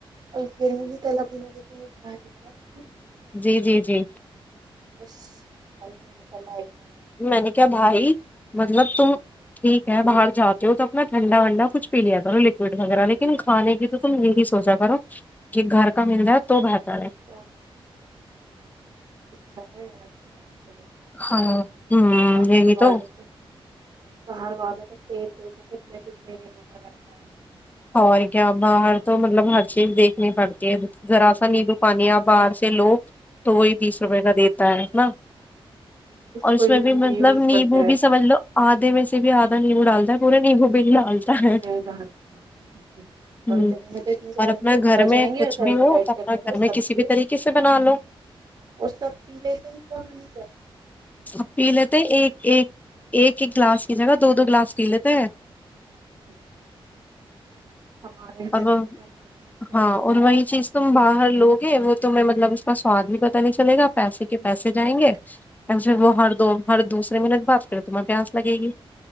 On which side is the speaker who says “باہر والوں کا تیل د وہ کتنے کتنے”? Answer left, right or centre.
Right